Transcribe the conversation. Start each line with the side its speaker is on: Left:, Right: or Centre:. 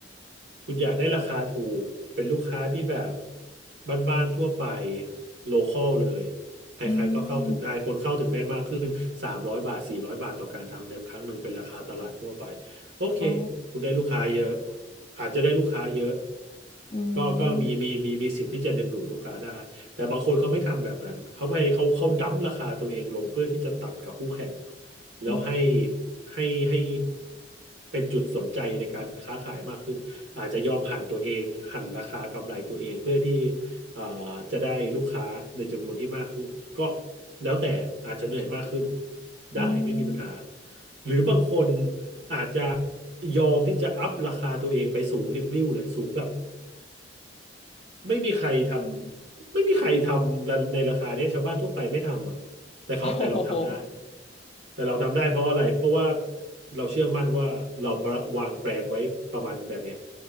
Right: คุณอยากได้ราคาถูกเป็นลูกค้าที่แบบบ้านๆทั่วไปโลคอลเลยใครๆก็เข้าถึงได้คนเข้าถึงได้มากขึ้นสามร้อยบาทสี่ร้อยบาทต่อการทำเล็บครั้งหนึ่งเป็นราคาตลาดทั่วไป
Left: อืม
Right: โอเค
Left: อ๋อ
Right: คุณได้ลูกค้าเยอะ อาจจะได้ลูกค้าเยอะ
Left: อื
Right: ก็ก็มีมีมีมีสิทธิ์ที่จะดึงดูดลูกค้าได้แต่บางคนเขาไม่ทำแบบนั้นเขาไปเขาเขาดั้มราคาตัวเองลงเพื่อที่จะตัดกับคู่แข่ง
Left: ม
Right: แล้วให้
Left: อืม
Right: ให้ให้เป็นจุดสนใจในการค้าขายมากขึ้นอาจจะยอมหั่นตัวเองหั่นราคากำไรตัวเองเพื่อที่เอ่อจะได้ลูกค้าในจำนวนที่มากขึ้นก็แล้วแต่อาจจะเหนื่อยมากขึ้น
Left: อืม
Right: ได้ไม่มีปัญหา หรือบางคนอาจจะยอมที่จะอัพราคาตัวเองไปสูงริบลิ่วเลยสูงแบบ ไม่มีใครทำไม่มีใครทำในราคาเนี้ยชาวบ้านทั่วไปไม่ทำอ่ะแต่เขาแต่เราทำได้
Left: โอ้โห
Right: แต่เราทำได้เพราะอะไรเพราะว่าเราเชื่อมั่นว่าเราวางแบรนด์ไว้ประมาณแบบเนี้ย